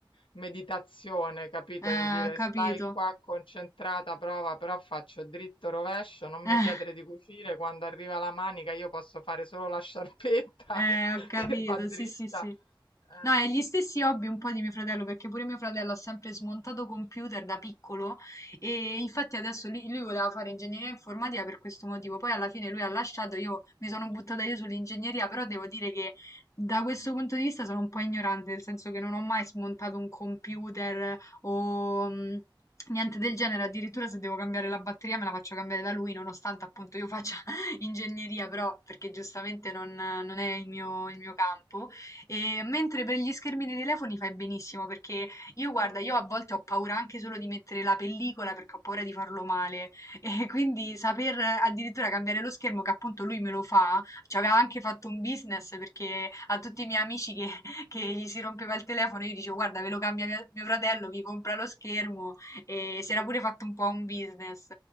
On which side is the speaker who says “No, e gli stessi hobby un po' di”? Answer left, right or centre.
Left